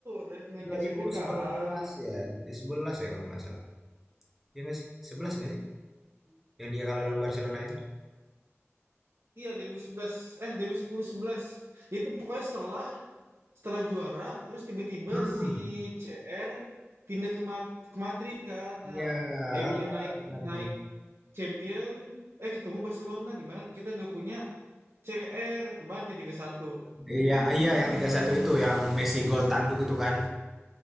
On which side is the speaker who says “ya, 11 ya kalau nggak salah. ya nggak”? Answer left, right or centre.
Centre